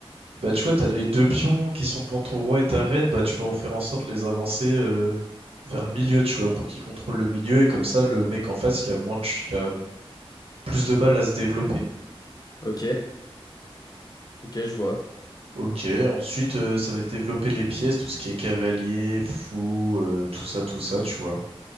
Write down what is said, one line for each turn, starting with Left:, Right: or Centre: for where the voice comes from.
Right: Bah, tu vois, t'as les deux pions qui sont devant ton roi et ta reine. Bah, tu vas en faire en sorte de les avancer euh, vers le milieu, tu vois, pour qu'ils contrôlent le milieu. Et comme ça, le mec en face, il a moins de ch- il a plus de mal à se développer.
Left: Ok. Ok, je vois.
Right: Ok, ensuite euh, ça va être développer les pièces, tout ce qui est cavalier, fou, euh, tout ça, tout ça, tu vois.